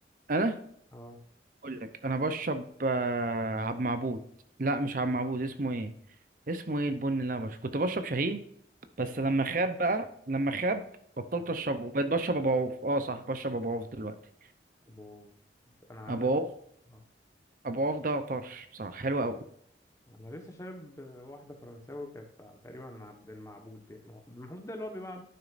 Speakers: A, on the right (about 50°); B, on the left (about 15°).
A: انا
B: اه
A: اقول لك انا بشرب آه، عبد معبود لا مش عبد معبود اسمه ايه اسمه ايه البن اللي انا بشرب كنت بشرب شاهين بس
B: اه
A: لما خاب بقى لما خاب بطلت
B: آه.
A: اشربه بقيت بشرب ابو عوف اه صح بشرب ابو عوف دلوقتي
B: أبو- انا
A: ابو
B: ب-
A: عوف
B: اه
A: ابو عوف ده طرش بصراحه حلو قوي
B: انا لسه شارب واحده فرنساوي كانت تقريبا عبد المعبود ده هو عبد المعبود ده اللي هو بيبقى